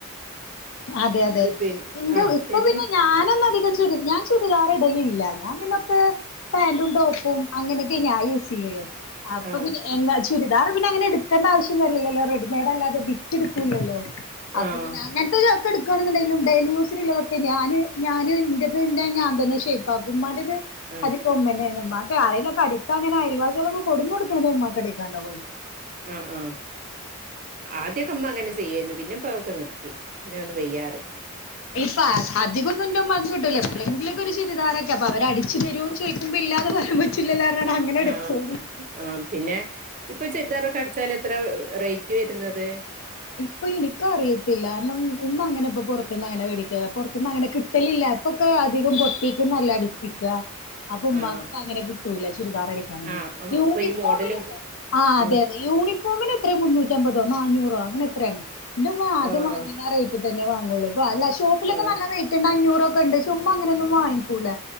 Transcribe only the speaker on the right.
ഇത്
പിന്നെ
ആഹ്
എ
ആഹ്
ആഹ്
ആഹ്
ഉം ഉം ആദ്യകെ മ്മഅങ്ങനെ ചെയ്യായിര്ന്നു. പിന്നെ.. പ്പ അവൊക്കെ നിർത്തി പിന്ന ഒന്ന് വെയ്യാറിം.
ആഹ് ആഹ് പിന്നെ. ഹ്. ഇപ്പൊ ചെരിദാറൊകെ അടിച്ചാൽ എത്ര റൈറ്റ് വര്ന്നത്..
ആഹ്
ആഹ് ആഹ്
അപ്പൊ ഈ മോഡലും
ഉം
ആഹ്
ആഹ്